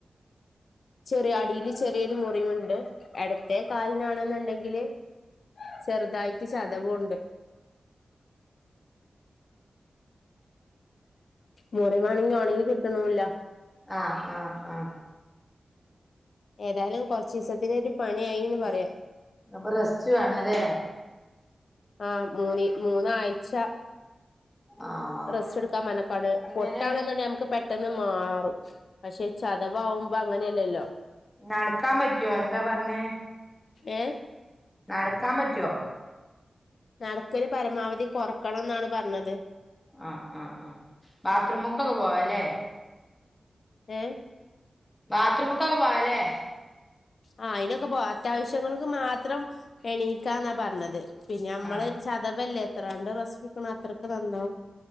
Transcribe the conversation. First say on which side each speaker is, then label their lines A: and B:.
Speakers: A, on the left; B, on the left.
A: ചെറിയ അടിയില് ചെറിയൊരു മുറിവുണ്ട് എടത്തെ കാലിനാണെന്നുണ്ടെങ്കില് ചെറുതായിട്ട് ചതവുണ്ട് മുറിവാ ആണെങ്കി ഒണങ്ങി കിട്ടണില്ല
B: ആഹ് ആഹ ആഹ
A: ഏതായാലും കുറച്ച ദിവസത്തിന് ഒരു പണിയ ആയിന്ന് പറയാം
B: അപ്പൊ റസ്റ്റ് വേണല്ലേ
A: ആഹ് മൂന്ന് മൂന്നാഴ്ച
B: ആഹ്
A: റെസ്റ്റ് എടുക്കാൻ പറഞ്ഞ്ക്കാണ്
B: എങ്ങനെ
A: പൊട്ടാണെന്നുണ്ടെ നമുക്ക് പെ പെട്ടെന്ന് മാറും പക്ഷെ ചതവവുമ്പോ അങ്ങനെയല്ലല്ലോ
B: നടക്കാൻ പറ്റുവോ എന്താ പറഞ്ഞേ
A: ഏ
B: നടക്കാൻ പറ്റോ
A: നടക്കല് പരമാവധി കൊറക്കണം ന്നാണ് പറഞ്ഞത്
B: ആ ആ ആ ബാത്ത്റൂമ്ക്കൊക്കെ പോവാല്ലേ
A: ഏ
B: ബാത്ത്റൂമക്കൊക്കെ പോവാലേ
A: ആ അതിനൊക്കെ പോ അത്യാവശ്യങ്ങൾക്ക് മാത്രം എണീക്കാ ന്നാ പറഞ്ഞത് പിന്നെ നമ്മള്
B: ആഹ്
A: ചതവല്ലേ എത്രണ്ട് റസ്റ്റ് ട്‌ക്ക്ണോ അത്രക്ക് നന്നാവും